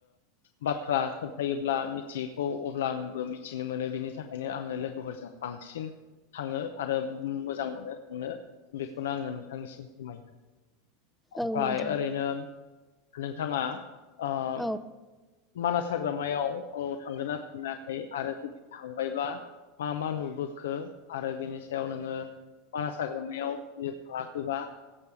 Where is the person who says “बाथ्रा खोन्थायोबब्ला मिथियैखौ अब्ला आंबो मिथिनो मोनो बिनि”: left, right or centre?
Left